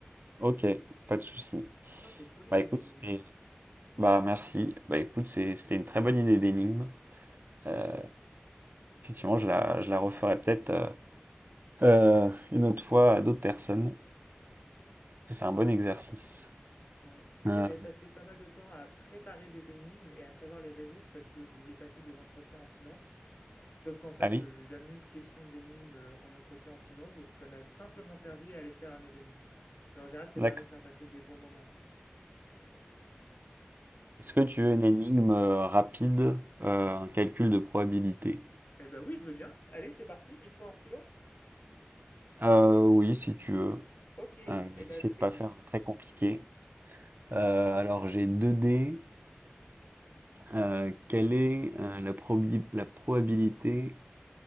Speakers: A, on the right; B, on the left.
A: Ok, pas de souci.
B: Putain, t'es solide
A: Bah écoute,
B: en énigmes.
A: c'était Bah merci. Bah écoute, c'est- c'était une très bonne idée d'énigme. Euh, effectivement, je la, je la referai peut-être euh, euh, une autre fois à d'autres personnes, parce que c'est un bon exercice.
B: Ouais,
A: Euh,
B: Bah, j'avais passé pas mal de temps à préparer des énigmes et à savoir les résoudre parce que je voulais passer des entretiens en finance. Sauf qu'en fait,
A: ah oui,
B: euh, j'ai jamais eu de question d'énigmes euh, en entretien en finance, donc ça m'a simplement servi à les faire à mes amis. Et en général, ça
A: d'accord.
B: permet de faire passer des bons moments. Euh,
A: Est-ce
B: ouais,
A: que tu veux une énigme euh, rapide, euh, un calcul de probabilité?
B: Eh ben oui, je veux bien. Allez, c'est parti. Il me faut un stylo
A: Euh, oui, si tu veux.
B: Ok,
A: Euh, je
B: eh
A: vais
B: ben
A: essayer
B: je
A: de
B: t'écoute.
A: pas faire très compliqué. Euh, alors j'ai 2 dés. Euh, quelle est euh, la probi- la probabilité